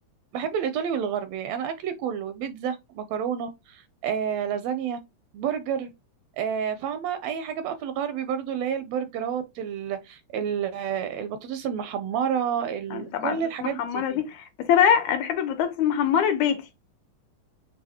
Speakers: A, on the right; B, on the left.
A: بحب الايطالي والغربي انا اكلي كله بيتزا مكرونه آه، لازانيا برجر آه، فاهمه اي حاجه بقى في الغربي برضو اللي هي البرجرات ال... ال... آه، البطاطس المحمره ال...
B: انا طبعا
A: كل
B: البطاطس
A: الحاجات
B: المحمره
A: دي
B: دي بس انا بقى انا بحب البطاطس المحمره البيتي